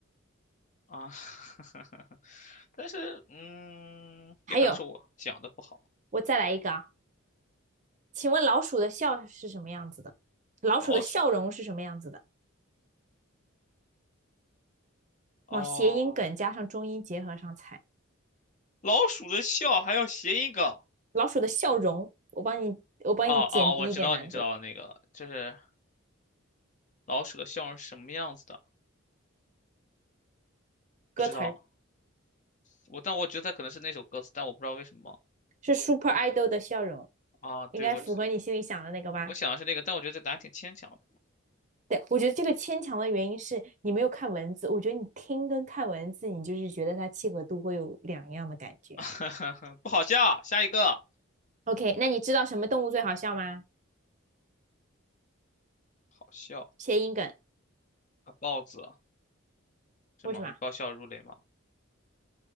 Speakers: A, on the left (about 35°); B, on the right (about 35°).
A: 啊。<laughs> 但是，嗯，也可能是我讲的不好。
B: 还有，我再来一个啊，请问老鼠的笑是什么样子的？老鼠的笑容是什么样子的？
A: 老鼠哦，
B: 往谐音梗加上中音结合上猜。
A: 老鼠的笑还要谐音梗。
B: 老鼠的笑容，我帮你，我帮你减低一点难度。
A: 哦哦，我知道，你知道那个，就是老鼠的笑容是什么样子的？
B: 歌词儿
A: 不知道。我但我觉得可能是那首歌词，但我不知道为什么
B: 是 Super Idol 的笑容，
A: 啊。对，
B: 应该符合你心里想的那个吧？
A: 我只我想的是那个，但我觉得这答案挺牵强
B: 对，我觉得这个牵强的原因是你没有看文字，我觉得你听跟看文字，你就是觉得它契合度会有两样的感觉。
A: 的，<laughs> 不好笑。下一个，
B: OK，那你知道什么动物最好笑吗？
A: 好笑
B: 谐音梗，
A: 啊，豹子是吗？
B: 为什么？
A: 你爆笑如雷吗？